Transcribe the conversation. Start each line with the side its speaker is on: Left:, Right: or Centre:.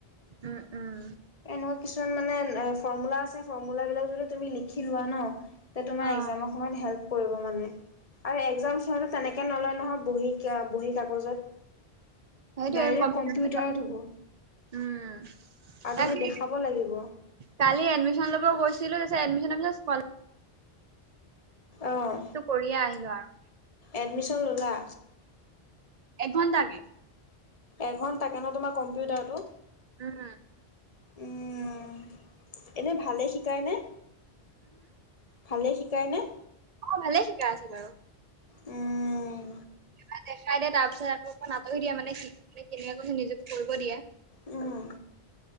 Right: উম, উম,
Left: এনেকুৱা কিছুমান মানে এ ফৰ্মোলা আছে, ফৰ্মোলা বিলাক যদি তুমি লিখি লোৱা ন, তে তোমাৰ
Right: অ',
Left: এক্সামৰ সময়ত হেল্প কৰিব মানে। আৰু একজাম সটো তেনেকে নলয় নহয় বহী বহী কাগজত।
Right: সেইটোৱে
Left: দাইৰেক
Right: কম্পিউটাৰ
Left: কম্পিউটাৰত হ'ব।
Right: উম
Left: আৰু
Right: বাকী,
Left: তুমি দেখাব লাগিব
Right: কালি এডমিশন ল'ব গৈছিলো। চে, এডমিশনৰ পিছত স্কলা
Left: অঁ
Right: কৰিয়ে আহিলোঁ আৰু
Left: এডমিশন ল'লা?
Right: এঘণ্টা কে
Left: এঘণ্টাকে ন তোমাৰ কম্পিউটাৰটো?
Right: উম।
Left: উম, এনেই ভালে শিকায়নে? ভালেই শিকায়নে?
Right: অঁ, ভালেই শিকাই আছে বাৰু।
Left: ওম
Right: মানে দেখাই দিয়ে তাৰ পিছত আকৌ অকমাণ আতৰি দিয়ে মানে কি মানে কেনেকে কৈছো নিজকে কৰিব দিয়ে
Left: উম।